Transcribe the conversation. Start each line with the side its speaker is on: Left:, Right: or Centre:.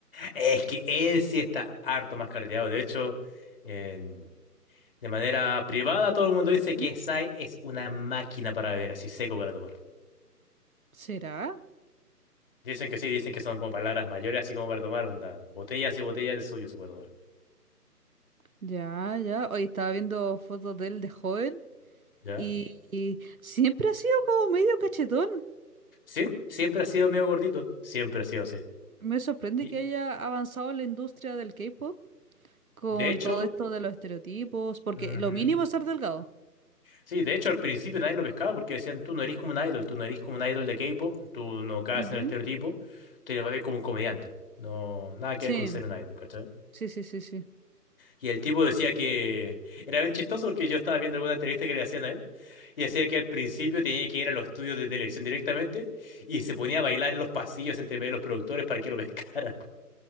Left: Es que él sí está harto más carteado. De hecho, en- de manera privada todo el mundo dice
Right: Ujú.
Left: que Sai es una máquina para beber, así seco para tomar.
Right: ¿Será?
Left: Dicen que sí, dicen que son como palabras mayores, así como para tomar, onda. Botellas y botellas de suyo se puede tomar.
Right: Ya, ya. Hoy estaba viendo fotos de él de joven
Left: ¿Ya?
Right: y, y siempre ha sido como medio cachetón.
Left: Sí, siempre ha sido medio gordito. Siempre ha sido así.
Right: Me sorprende
Left: Y
Right: que haya avanzado la industria del K-pop con
Left: de hecho,
Right: todo esto de los estereotipos, porque
Left: Ujú.
Right: lo mínimo es ser delgado.
Left: Sí, de hecho al principio nadie lo pescaba porque decían, tú no eres como un idol, tú no eres como un idol de K-pop, tú no caes
Right: Ujú.
Left: en el estereotipo, tú eres más bien como un comediante. No, nada que
Right: Sí,
Left: ver con ser un idol, ¿cachai?
Right: sí, sí, sí, sí.
Left: Y el tipo decía que era bien chistoso porque yo estaba viendo alguna entrevista que le hacían a él y decía que al principio tenía que ir a los estudios de televisión directamente y se ponía a bailar en los pasillos entre medio de los productores para que lo <laughs> pescaran.